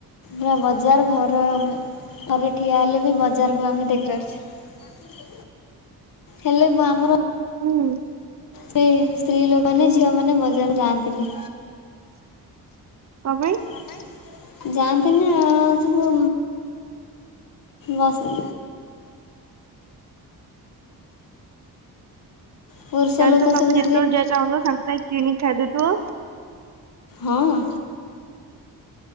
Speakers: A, on the left; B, on the right.
A: ପା ବଜାର ଘର ଘରେ ଠିଆ ହେଲେ ବି ବଜାରକୁ ଆମେ ଦେଖିପାରୁଛେ ହେଲେ ଆମର
B: ହୁଁ
A: ସେ ସ୍ତ୍ରୀ ଲୋକମାନେ ଝିଅ ମାନେ ବଜାର ଯାଆନ୍ତିନି।
B: କପାଇଁ?
A: କପାଇଁ ଯାଆନ୍ତି ନା ଆ ସବୁ ବସ ପୁରୁଷ
B: ତାହେଲେ
A: ଲୋକ
B: ତ ତମେ
A: ସବୁ
B: ଯେତେବେଳେ ଯାହା ଚାହୁଁଥିବ ସାଙ୍ଗେ ସାଙ୍ଗେ କିଣିକି ଖାଇଦଉଥିବ
A: ହଁ।